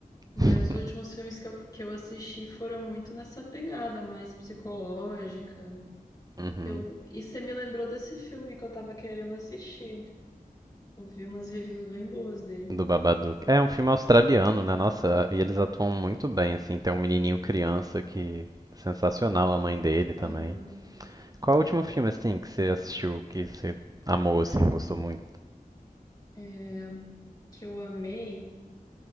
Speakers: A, on the left; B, on the right.
A: mas
B: <laughs>
A: os últimos filmes que eu, que eu assisti foram muito nessa pegada mais psicológica.
B: Uhum.
A: Eu, e você me lembrou desse filme que eu tava querendo assistir. Eu vi umas reviews bem boas dele.
B: Do Babadook. É um filme australiano, né? Nossa, e eles atuam muito bem, assim. Tem um menininho criança que. Sensacional, a mãe dele também.
A: Aham.
B: Qual o último filme, assim, que você assistiu, que você amou, assim, gostou muito?
A: É, que eu amei.